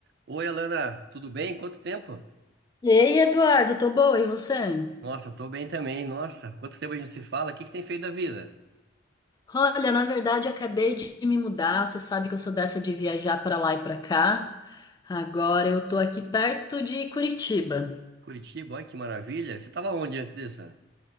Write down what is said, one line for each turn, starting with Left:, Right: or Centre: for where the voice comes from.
Right: Oi, Alana, tudo bem? Quanto tempo?
Left: E aí, Eduardo, tô boa, e você?
Right: Nossa, tô bem também. Nossa, quanto tempo a gente se fala? O que que você tem feito da vida?
Left: Olha, na verdade, acabei de me mudar. Você sabe que eu sou dessa de viajar pra lá e pra cá. Agora eu tô aqui perto de Curitiba.
Right: Curitiba, olha que maravilha. Você tava onde antes disso?